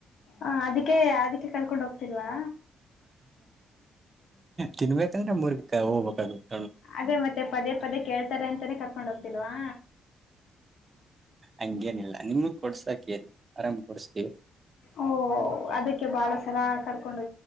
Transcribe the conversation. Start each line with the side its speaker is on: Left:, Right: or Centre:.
Left: ಹ ಅದಕ್ಕೆ ಅದಕ್ಕೆ ಕರ್ಕೊಂಡ್ ಹೋಗ್ತಿಲ್ವಾ
Right: ತಿನ್ಬೇಕತಂದ್ರ ಊರ್ಗ ಹೋಗ್ಬೇಕದುದು <unintelligible>
Left: ಅದೇ ಮತ್ತೆ ಪದೇ ಪದೇ ಕೇಳ್ತಾರೆ ಅಂತಾನೇ ಕರ್ಕೊಂಡ್ ಹೋಗ್ತಿಲ್ವಾ
Right: ಹಂಗೇನಿಲ್ಲ ನಿಮಗ್ ಕೊಡ್ಸಕ್ ಏನ್ ಆರಾಮ್ ಕೊಡಿಸ್ತೀವಿ
Left: ಓ ಅದಕ್ಕೆ ಬಾಳ ಸಲ ಕರ್ಕೊಂಡ